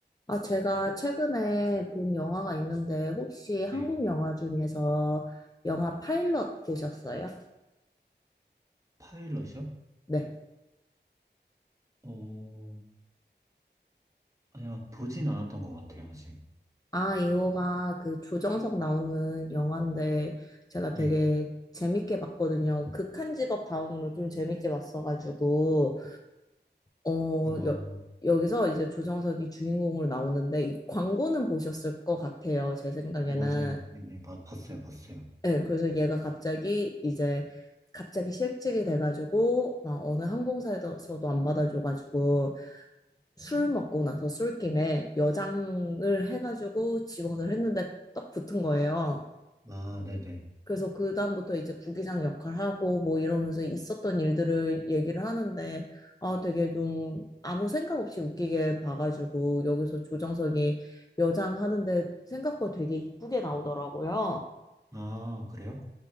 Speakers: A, on the left (about 20°); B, on the right (about 15°).
A: 아, 제가 최근에 본 영화가 있는데, 혹시 한국
B: 네.
A: 영화 중에서 영화 파일럿 보셨어요?
B: 파일럿이요?
A: 네.
B: 어, 아니야, 보진 않았던 것 같아요, 아직.
A: 아, 이거가 그 조정석 나오는 영화인데, 제가
B: 네.
A: 되게 재밌게 봤거든요. 극한 직업 다음으로 좀 재밌게 봤어가지고, 어,
B: 어,
A: 여, 여기서 이제 조정석이 주인공으로 나오는데, 이 광고는 보셨을 것 같아요. 제 생각에는.
B: 어, 맞아요. 네, 네, 마- 봤어요, 봤어요.
A: 네, 그래서 얘가 갑자기 이제 갑자기 실직이 돼가지고 막 어느 항공사에서도 안 받아줘가지고 술 먹고 나서 술김에 여장을 해가지고 지원을 했는데 딱 붙은 거예요.
B: 아, 네네.
A: 그래서 그다음부터 이제 부기장 역할하고 뭐 이러면서 있었던 일들을 얘기를 하는데 아 되게 좀 아무 생각 없이 웃기게 봐가지고 여기서 조정석이 여장하는데 생각보다 되게 이쁘게 나오더라고요.
B: 아, 그래요?